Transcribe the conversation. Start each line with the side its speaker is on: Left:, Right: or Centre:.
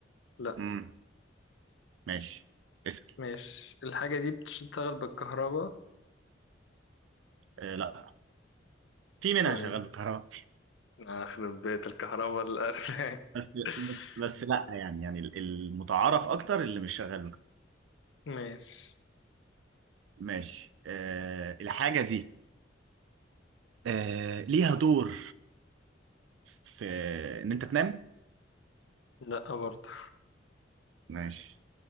Left: لا
Right: امم ماشي اسأل
Left: ماشي الحاجة دي بتشتغل بالكهرباء
Right: أه لا في منها
Left: طيب
Right: شغال بالكهرباء
Left: أخرب بيت الكهرباء الأرنب
Right: <laughs> بس
Left: <laughs>
Right: بس بس لا يعني يعني ال- المتعارف أكتر اللي مش شغال بالكهرباء
Left: ماشي
Right: ماشي أه الحاجة دي أه ليها دور في إن أنت تنام
Left: لا برضه
Right: ماشي